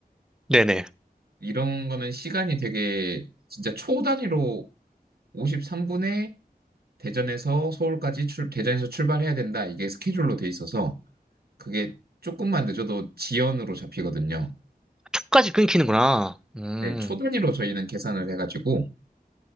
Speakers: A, in the centre; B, on the right.
A: 네네.
B: 이런 거는 시간이 되게 진짜 초 단위로 53분에 대전에서 서울까지 출, 대전에서 출발해야 된다. 이게 스케줄로 돼 있어서 그게 조금만 늦어도 지연으로 잡히거든요.
A: 촉까지 끊기는구나. 음.
B: 네, 초 단위로 저희는 계산을 해가지고